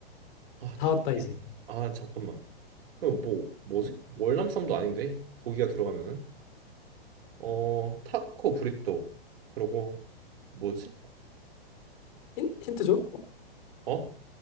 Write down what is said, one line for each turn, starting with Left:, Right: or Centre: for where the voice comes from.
Right: 아
Left: 다
Right: 타코
Left: 왔다 이제.
Right: 아 잠깐만 이거 뭐 뭐지? 월남쌈도 아닌데 고기가 들어가면은 어 타코 브리또 그러고 뭐지?
Left: 힌, 힌트 줘.
Right: 어?